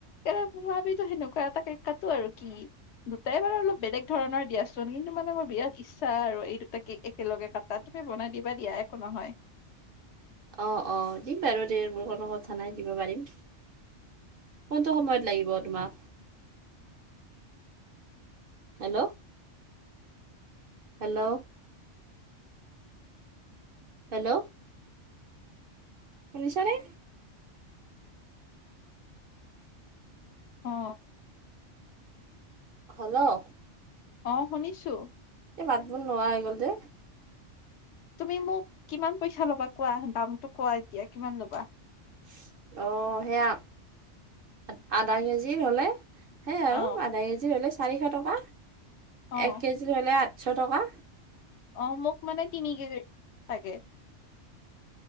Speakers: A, on the left; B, on the right.
A: তে তোমাৰ আমিটো সেনেকুৱা এটা কেক কাটো আৰু কি? দুটাই আনো, বেলেগ ধৰণৰ দিয়াচোন কিন্তু মানে মোৰ বিৰাট ইচ্ছা আৰু এই দুটা কেক একেলগে কাটা, তুমি বনাই দিবা দিয়া একো নহয়।
B: অ অ, দিম বাৰু দে মোৰ কোনো কথা নাই দিব পাৰিম। কোনটো সময়ত লাগিব তোমাক? হেল্ল'? হেল্ল'? হেল্ল'? শুনিছা নে?
A: অ অ।
B: হেল্ল'?
A: অ শুনিছো।
B: এ মাত বোল নোহোৱা হৈ গ'ল যে?
A: তুমি মোক কিমান পইচা ল'বা কোৱা দামটো কোৱা এতিয়া কিমান ল'বা?
B: চি অ সেয়া আত আধা কেজি হলে সেই আৰু
A: অ
B: আধা কেজি হ'লে চাৰিশ টকা, এক
A: অ
B: কেজি হ'লে আঠশ টকা।
A: অ মোক মানে তিনি কেজ লাগে।